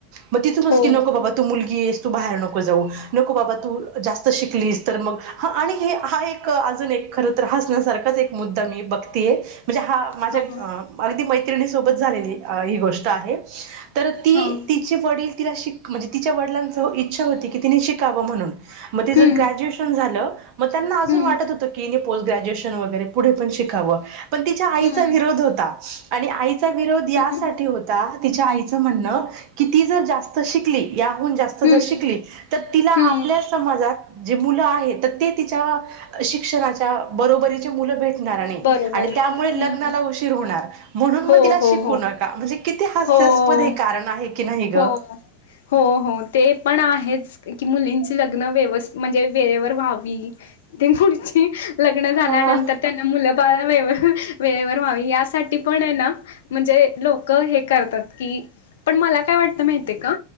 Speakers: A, on the right (about 45°); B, on the left (about 60°).
A: म तिथूनच
B: हो,
A: की नकोबाबा तू मुलगी येस तू बाहेर नको जाऊ, नको बाबा तू जास्त शिकलीस, तर मग हां आणि हे हा एक अ अजून एक खरंतर हासन्यासारखाच एक मुद्दा मी बघतीये. म्हंजे, हा माझ्याएक
B: हां,
A: अं अगदी मैत्रिणीसोबत झालेली अ ही गोष्ट आहे, तर ती
B: हां,
A: तिचे वडील तिला शिक म्हंजे तिच्या वडिलांचं इच्छा होती की तिने शिकावं म्हणून. म तिज
B: हं,
A: ग्रॅज्युएशन झालं म त्यांना अजून
B: हं,
A: वाटत होतकी हिने फुल ग्रॅज्युएशन वैगेरे पुढे पण शिकावं ति आईचा
B: हं,
A: विरोध होता आणि आई तीचा विरोध यासाठी
B: हं,
A: होता तिच्या आईचं म्हणणं तू जर जास्त शिकली शिकली याहून जास्त
B: हं,
A: जर शिकली तर तिला
B: हं,
A: आपल्या समाजात, जे मुलं आहेत, ते तिच्या शिक्षणाच्या बरोबरीचे मुलं भेट घराणे
B: बरोबर,
A: त्यामुळे
B: हं,
A: लग्नाला उशीर होणार म्हणून, मग
B: हो,
A: तिला
B: हो,
A: शिकवू
B: हो,
A: नका म्हणजे. किती हास्यास्पद
B: हो.
A: हे कारण आहे की नाही ग?
B: हो हो हो ते पण आहेच की मुलींची लग्न व्यवस्थीत म्हणजे वेळेवर व्हावी. ती पुडची <unintelligible> लग्न झाल्यानंतर
A: हा
B: त्यांना मुलं बाळावे <unintelligible> वेळेवर व्हावी यासाठी पण आहे ना! म्हणजे लोक हे करतात की पण मला, काय वाटतं माहितय का!